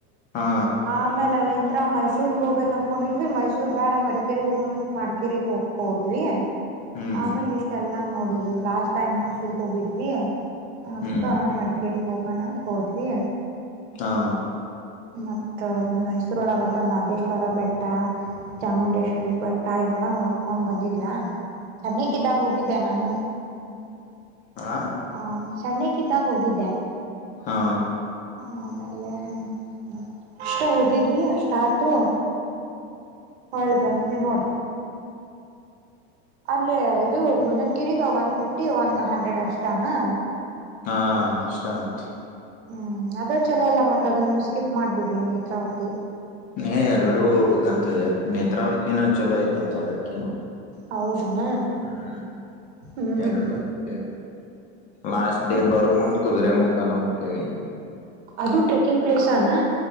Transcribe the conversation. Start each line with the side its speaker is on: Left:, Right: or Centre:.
Left: ಹಾ
Right: ಆ ಆಮೇಲೆ ಅಲ್ಲಿಂದ ಹತ್ರ ಮೈಸೂರ್ಗ್ ಹೋಗ್ಬೇಕ ಅನ್ಕೊಂಡಿದ್ವಿ ಮೈಸೂರ್ ಬೇಡ ಮಡಿಕೇರಿಗೆ ಹೋಗೋಣಂತ ಮಡಿಕೇರಿಗೆಗ್ ಹೋಗಿ ಹೋದ್ವಿ
Left: ಹ್ಮ್
Right: ಆಮೇಲೆ ಇಷ್ಟೆಲ್ಲಾ ನೋಡಿದ್ವಿ ಲಾಸ್ಟ್ ಟೈಮ್ ಮೈಸೂರ್ ಹೋಗಿದ್ವಿ ಅದ್ಕ
Left: ಹ್ಮ್
Right: ಮಡಿಕೇಗ್ ಹೋಗಣಂತ ಹೋದ್ವಿ
Left: ಹಾ
Right: ಮತ್ತ ಮೈಸೂರೊಳಗದ ಮಹದೇಶ್ವರ ಬೆಟ್ಟ ಚಾಮುಂಡೇಶ್ವರಿ ಬೆಟ್ಟ ಎಲ್ಲ ನೋಡ್ಕೊಂಡ್ ಬಂದಿದ್ವಾ ಚೆನ್ನಕ್ ಇದ್ದಾಗ ಹೋಗಿದ್ದೆ ನಾನು
Left: ಹಾ
Right: ಹಾ ಸಣ್ಣಕ್ಗ ಹೋಗಿದ್ದೆ
Left: ಹಾ
Right: ಆಮೇಲೆ ಮ ಅಷ್ಟ ಹೋಗಿದ್ವಿ ಅಷ್ಟ ಆತು ಹಳಿ ಬನ್ ನೋಡ ಅಲ್ಲೇ ಇದು ಮುಳ್ಳನ್ಗಿರಿಗ ಒನ್ ಫಿಫ್ಟಿ ಒನ್ ಹಂಡ್ರೆಡ್ ಅಷ್ಟನಾ
Left: ಹಾ ಅಷ್ಟ ಅಂತ
Right: ಹ್ಮ್ ಅದ ಚಲೋ ಅಲ್ಲ ಮತ್ತತ್ ಅದನ್ನ ಸ್ಕಿಪ್ ಮಾಡ್ಬಿಡ್ರಿ ನೇತ್ರಾವತಿ
Left: ಏ ಎರಡುೂ ಹೋಗ್ಬೇಕಕ್ಂತದೆ ನೇತ್ರಾವತಿನ ಚಲೋ ಆಯ್ತಂತ ಅದಕಿನ
Right: ಹೌದನಾ
Left: ಹ್ಮ್
Right: ಹ್ಮ್
Left: ಎರಡು ಓಕೆ ಲಾಸ್ಟ್ ಡೇ ಬರು ಮುಂದ್ ಕುದುರೆ ಮುಕ್ಕನ ಹೋಗತೇವಿ
Right: ಅದು ಟ್ರೆಕ್ಕಿಂಗ್ ಪ್ಲೇಸನಾ